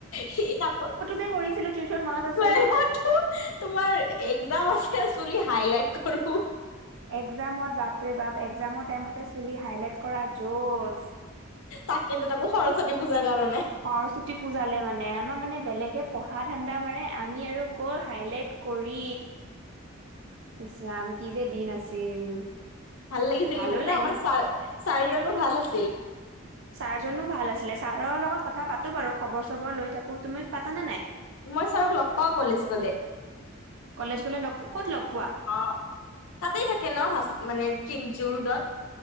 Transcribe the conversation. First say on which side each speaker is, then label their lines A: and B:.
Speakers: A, on the left; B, on the right.
A: হে তাকৌ
B: যে কৰিছিলো টিউচন মনত আছেনে
A: টুৱেলভতো, তোমাৰ এক্জাম আছে। চুলি হাইলাইট কৰো
B: এক্জামত বাপৰে বাপ এক্জামৰ টাইমতে চুলি হাইলাইট কৰা জোছ।
A: তাকেটো তাকো সৰস্বতী পূজাৰ কাৰণে।
B: সৰস্বতী পূজালে মানে আমাৰ মানে বেলেগে পঢ়া ঠাণ্ডা মাৰে আমি আৰু ক'ৰ হাইলাইট কৰি ইচৰাাম কি যে দিন আছিল।
A: ভাল লাগিছিল
B: ভালো
A: কিন্তু, কিন্তু
B: লাগি
A: আমাৰ চাৰ-চাৰ জনো ভাল আছে <unintelligible>
B: ছাৰ জনো ভাল আছিলে ছাৰৰ লগত কথা পাতো বাৰু খবৰ চবৰ লৈ থাকো। তুমি পাতানে নাই?
A: মই ছাৰক লগ পাওঁ কলেজ গলে।
B: কলেজ গলে লগ প- ক'ত লগ পোৱা
A: অহ, তাতেই থাকে ন ভ মানে চিন জোৰডত।